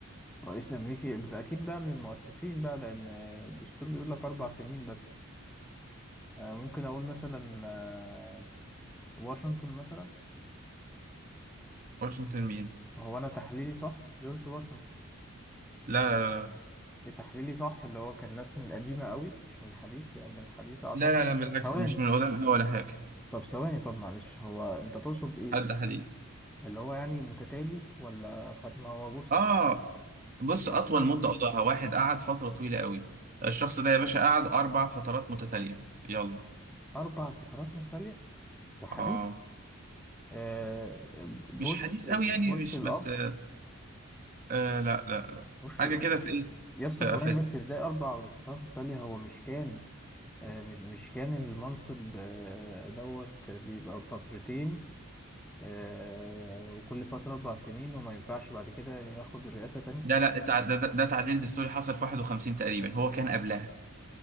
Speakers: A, in the centre; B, on the right.
A: رئيس أمريكي ده أكيد بقى من المؤسسين بقى لأن الدستور بيقول لك أربع سنين بس آه، ممكن أقول مثلا آه، واشنطن مثلا
B: واشنطن مين
A: هو أنا تحليلي صح جورج واشنطن
B: لا لا لا
A: إيه تحليلي صح اللي هو كان ناس من القديمة قوي مش من الحديث لأن الحديث أعتقد
B: لا لا لا, لا بالعكس
A: ثواني
B: مش من ولا انا ولا حاجه
A: طب ثواني طب معلش هو أنت تقصد إيه
B: حد حديث
A: اللي هو يعني متتالي ولا خد ما هو بص
B: اه بص
A: القانون
B: أطول
A: الأيوبي
B: مدة قضاها واحد قعد فترة طويلة قوي الشخص ده يا باشا قعد أربع فترات متتالية يلا
A: أربع فترات متتالية وحديث
B: آه
A: آه
B: مش
A: بوش
B: حديث قوي يعني
A: بوش
B: مش
A: الأب
B: بس آه آه، لا لا لا
A: بوش
B: حاجة
A: الأب
B: كده في إيه
A: يا اسطى
B: في,
A: ثواني
B: في
A: بس إزاي أربع فترات متتالية هو مش كان آه مش مش كان المنصب آه دوت بيبقى فترتين آه وكل فترة أربع سنين وما ينفعش بعد كده ياخد الرئاسة تاني
B: ده لا تع- ده, ده, ده تعديل دستوري حصل في 51 تقريبا هو كان قبلها